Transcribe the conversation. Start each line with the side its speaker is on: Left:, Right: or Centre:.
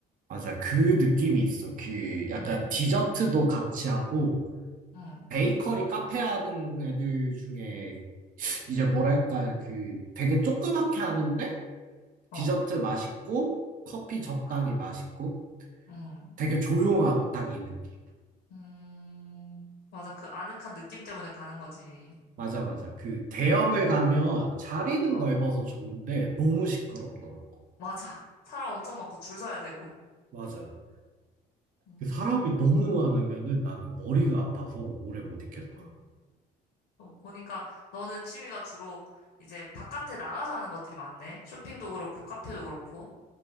Right: 맞아. 그 느낌이 있어. 그 약간
Left: 응,
Right: 디저트도 같이 하고,
Left: 응,
Right: 베이커리 카페 하는 애들 중에 이제 뭐랄까, 그 되게 조그맣게 하는데,
Left: 어,
Right: 디저트 맛있고, 커피 적당히
Left: 아,
Right: 맛있고,
Left: 응,
Right: 되게 조용하고 딱 이 느낌.
Left: 음, 맞아. 그 아늑한 느낌 때문에 가는 거지.
Right: 맞아, 맞아. 그 대형을 가면 자리는
Left: 어,
Right: 넓어서 좋은데, 너무 시끄럽더라고.
Left: 맞아. <laughs> 사람 엄청 많고 줄 서야 되고.
Right: 맞아.
Left: 음.
Right: 그 사람이 너무 많으면은 나는 머리가 아파서 오래 못 있겠더라.
Left: 어. 어, 보니까 너는 취미가 주로 이제 바깥에 나가서 하는 것들이 많네. 쇼핑도 그렇고, 카페도 그렇고.